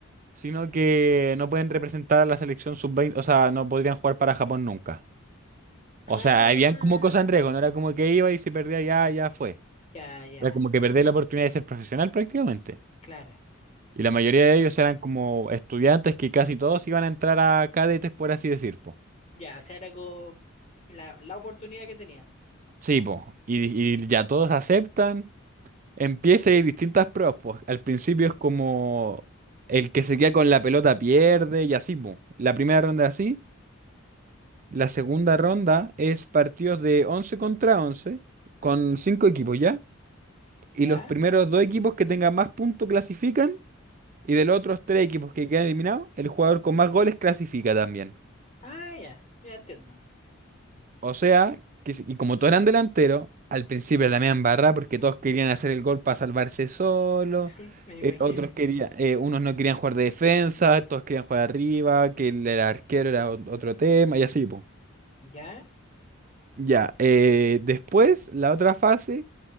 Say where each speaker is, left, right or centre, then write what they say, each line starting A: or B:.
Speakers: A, on the right; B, on the left.
A: sino que no pueden representar a la selección sub veinte o sea, no podrían jugar para Japón nunca. O
B: Ah,
A: sea, habían como cosas en riesgo, no era como que iba y si perdía ya, ya fue.
B: ya, ya,
A: Era como que perdía la oportunidad de ser profesional prácticamente.
B: claro.
A: Y la mayoría de ellos eran como estudiantes que casi todos iban a entrar a cadetes, por así decir, po.
B: Ya, o sea, era como la, la oportunidad que tenían.
A: Sí, po. Y, y ya todos aceptan. Empieza y hay distintas pruebas, pues. Al principio es como el que se queda con la pelota pierde y así, po. La primera ronda es así. La segunda ronda es partidos de 11 contra 11 con 5 equipos ya.
B: ¿Ya?
A: Y los primeros dos equipos que tengan más puntos clasifican. Y de los otros tres equipos que quedan eliminados, el jugador con más goles clasifica también.
B: Ah, ya, ya entiendo.
A: O sea, que, y como todos eran delanteros, al principio la media barra porque todos querían hacer el gol para salvarse solo,
B: <laughs> Me
A: eh,
B: imagino.
A: otros querían, eh, unos no querían jugar de defensa, todos querían jugar arriba, que el, el arquero era ot- otro tema y así, po.
B: ¿Ya?
A: Ya, eh, después la otra fase